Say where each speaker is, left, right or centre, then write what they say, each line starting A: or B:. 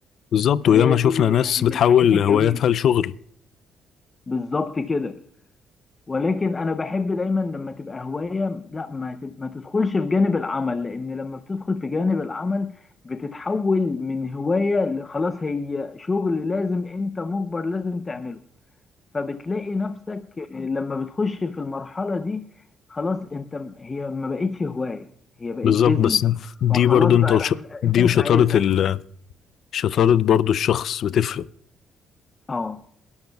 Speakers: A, on the left; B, on the left.
A: بالظبط
B: فهي
A: وياما شفنا
B: دي
A: ناس
B: يعني
A: بتحول
B: من الحاجات الجميلة
A: هواياتها لشغل
B: بالظبط كده ولكن أنا بحب دايما لما تبقى هواية لا ما تب... ما تدخلش في جانب العمل لأن لما بتدخل في جانب العمل بتتحول من هواية لخلاص هي شغل لازم أنت مجبر لازم تعمله فبتلاقي نفسك لما بتخش في المرحلة دي خلاص انت م- هي ما بقتش هواية هي بقت
A: بالظبط
B: بيزنس
A: بس دي
B: فخلاص
A: برضو
B: بقى
A: انت وش...
B: لا
A: دي
B: انت مش
A: وشطارة
B: عايزها
A: ال... شطارة برضو الشخص بتفرق
B: اه